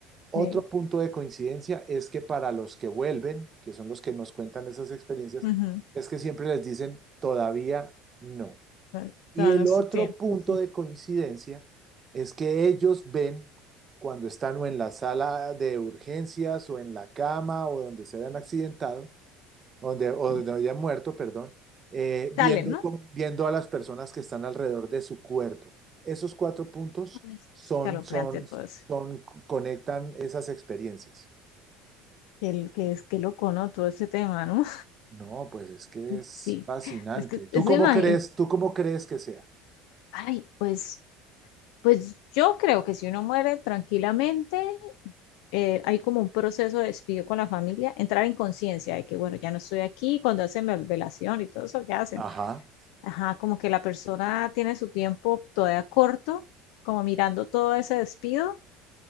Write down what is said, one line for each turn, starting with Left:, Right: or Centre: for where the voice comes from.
Right: Otro
Left: sí,
Right: punto de coincidencia es que para los que vuelven, que son los que nos cuentan esas experiencias,
Left: ujú,
Right: es que siempre les dicen todavía no.
Left: ay,
Right: Y
Left: todavía
Right: el
Left: no es
Right: otro
Left: su tiempo.
Right: punto
Left: sí.
Right: de coincidencia es que ellos ven cuando están o en la sala de urgencias o en la cama o donde se hayan accidentado, donde, o
Left: sí.
Right: donde haya muerto, perdón, eh, viendo,
Left: Dale, ¿no?
Right: cómo- viendo a las personas que están alrededor de su cuerpo. Esos cuatro puntos
Left: Ay,
Right: son,
Left: escalofriante
Right: son,
Left: todo eso.
Right: son, conectan esas experiencias.
Left: Qué, qué, qué loco, ¿no? Todo ese tema, ¿no?
Right: No, pues es que es
Left: Sí,
Right: fascinante.
Left: es que,
Right: ¿Tú
Left: es
Right: cómo
Left: que imagi-
Right: crees, tú cómo crees que sea?
Left: ay, pues, pues yo creo que si uno muere tranquilamente, eh, hay como un proceso de despido con la familia, entrar en conciencia de que, bueno, ya no estoy aquí, cuando hacen la velación y todo eso que hacen,
Right: Ajá,
Left: ajá, como que la persona tiene su tiempo todavía corto, como mirando todo ese despido,